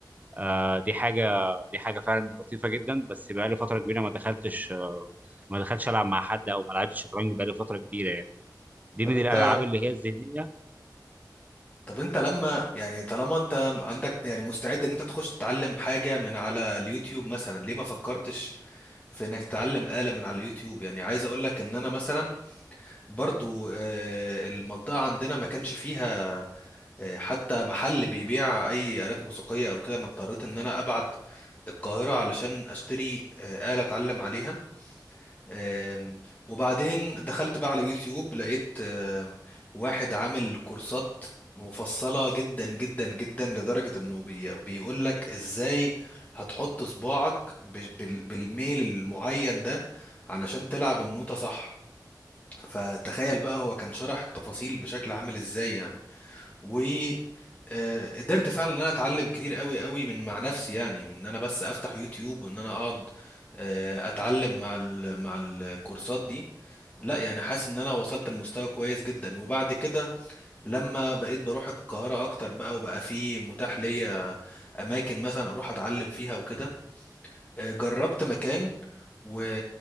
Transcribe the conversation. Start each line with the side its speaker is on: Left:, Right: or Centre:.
Right: آه دي حاجة دي حاجة فعلا لطيفة جدا بس بقالي فترة كبيرة ما دخلتش ما دخلتش ألعب مع حد أو ما لعبتش شطرنج بقالي فترة كبيرة يعني دي
Left: طب
Right: من
Left: انت
Right: الألعاب اللي هي الذهنية
Left: طب انت لما يعني طالما انت عندك يعني مستعد ان انت تخش تتعلم حاجة من على اليوتيوب مثلا ليه ما فكرتش في انك تتعلم آلة من على اليوتيوب يعني عايز اقول لك ان انا مثلا برضو آه، المنطقة عندنا ما كانش فيها آه، حتى محل بيبيع اي آلات موسيقية او كده انا اضطريت ان انا ابعت القاهرة علشان اشتري آه، آلة اتعلم عليها آم، وبعدين دخلت بقى على يوتيوب لقيت آم، واحد عامل كورسات مفصلة جدا جدا جدا لدرجة انه بيقول لك ازاي هتحط صباعك ب- بال- بالميل المعين ده علشان تلعب النوتة صح فتخيل بقى هو كان شرح التفاصيل بشكل عامل ازاي يعني و آه، قدرت فعلا ان انا اتعلم كتير قوي قوي من مع نفسي يعني من ان انا بس افتح يوتيوب وان انا اقعد آه، اتعلم مع ال مع الكورسات دي لا يعني حاسس ان انا وصلت لمستوى كويس جدا وبعد كده لما بقيت بروح القاهرة اكتر بقى وبقى في متاح ليا اماكن مثلا اروح اتعلم فيها وكده آه، جربت مكان و...